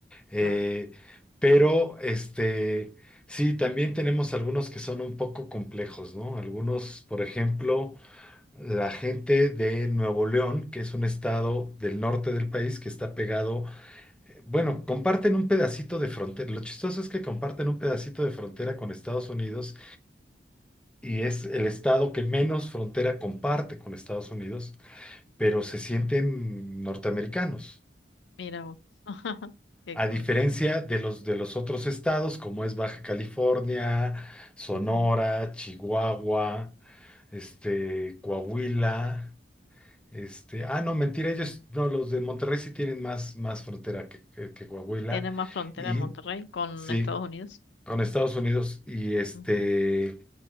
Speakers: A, in the centre; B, on the left.
A: Eh,
B: claro,
A: pero, este, sí, también tenemos algunos que son un poco complejos, ¿no? Algunos, por ejemplo la gente de Nuevo León, que es un estado del norte del país que está pegado, eh, bueno, comparten un pedacito de frontera. Lo chistoso es que comparten un pedacito de frontera con Estados Unidos y es el estado que menos frontera comparte con Estados Unidos, pero se sienten norteamericanos.
B: mira vos. <laughs> Qué
A: A
B: cosa.
A: diferencia de los de los otros estados, como es Baja California, Sonora,
B: Ujú.
A: Chihuahua, este, Coahuila. Este, ah, no, mentira, ellos, no, los de Monterrey sí tienen más, más frontera que, que, que Coahuila.
B: Tiene más frontera
A: Y
B: Monterrey con
A: sí,
B: Estados Unidos.
A: con Estados Unidos y este,
B: Ujú.